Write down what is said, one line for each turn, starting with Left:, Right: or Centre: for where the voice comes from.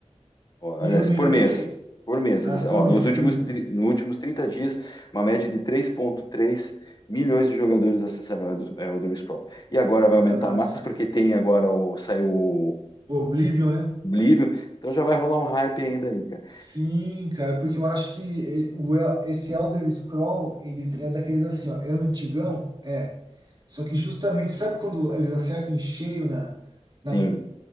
Left: Ó,
Right: E
Left: aliás,
Right: eu me
Left: por
Right: lembro
Left: mês.
Right: que,
Left: Por mês.
Right: ah,
Left: Eles,
Right: por
Left: ó,
Right: mês,
Left: nos últimos,
Right: por mês.
Left: tri- nos últimos 30 dias, uma média de três vírgula três milhões de jogadores acessaram o Elder Elder Scrolls. E agora
Right: Massa,
Left: vai aumentar mais, porque
Right: cara.
Left: tem agora o, saiu o
Right: Oblivion, né?
Left: Oblivion. Então já vai rolar um hype ainda aí, cara.
Right: Sim, cara, porque eu acho que eh, o El- esse Elder Scroll, ele é daqueles assim, ó, é antigão? É. Só que justamente, sabe quando eles acertam em cheio na, na,
Left: Sim,